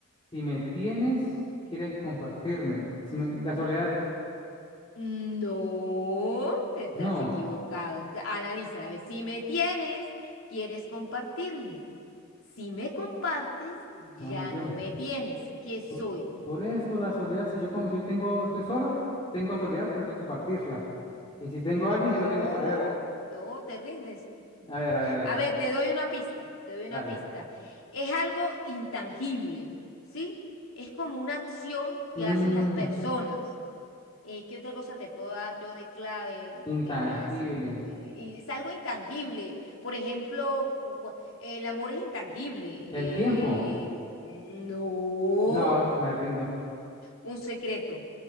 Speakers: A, on the left; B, on the left.
A: Si me tienes, quieres compartirme. Si me, la soledad,
B: No, estás
A: no,
B: equivocado. Analízala, a ver, si me tienes, quieres compartirme. Si me compartes, ya
A: no me tienes.
B: no me tienes. ¿Qué soy?
A: Por, por eso la soledad, si yo como si yo tengo, estoy solo, tengo soledad, pero hay que compartirla. Y si tengo
B: No,
A: a alguien, ya no tengo soledad.
B: no, te rindes.
A: A ver, a ver, a
B: A
A: ver.
B: ver, te doy una pista, te doy una
A: Dale.
B: pista. Es algo intangible, ¿sí? Es como una acción
A: Mm,
B: que hacen las personas. Eh, ¿qué otra cosa te puedo dar yo de clave?
A: intangible.
B: De, de así, de- de- de- y es algo intangible. Por ejemplo, cu- cu- el amor es intangible.
A: ¿El
B: eh,
A: tiempo?
B: no,
A: No, me rindo.
B: un secreto.